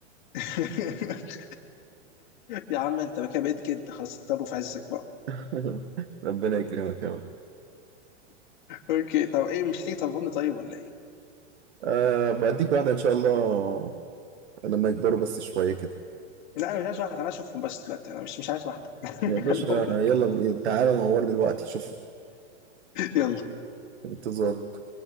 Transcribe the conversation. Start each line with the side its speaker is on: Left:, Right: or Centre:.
Left: <laughs> يا عم انت كده بقيت كده خلاص طب في عزك بقى
Right: <laughs> ربنا يكرمك يا رب
Left: اوكي طب ايه مش هتيجي طب طيب ولا ايه
Right: أه بديك واحده ان شاء الله لما يكبروا بس شويه كده
Left: لا انا مش عايز واحده انا اشوفهم بس دلوقتي انا مش مش عايز واحده <laughs>
Right: يا باشا
Left: خليهم لك
Right: يلا تعالى نورني دلوقتي شوف
Left: يلا
Right: انتظارك